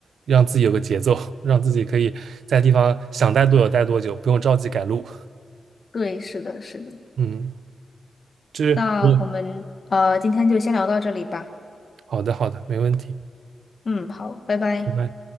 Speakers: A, on the right; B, on the left.
A: 让自己有个节奏，<laughs> 让自己可以在地方想待多久待多久，不用着急赶路。
B: 对，是的，是的。
A: 嗯，就是我，
B: 那我们呃今天就先聊到这里吧。
A: 好的好的，没问题。
B: 嗯，好，拜拜。
A: 拜拜。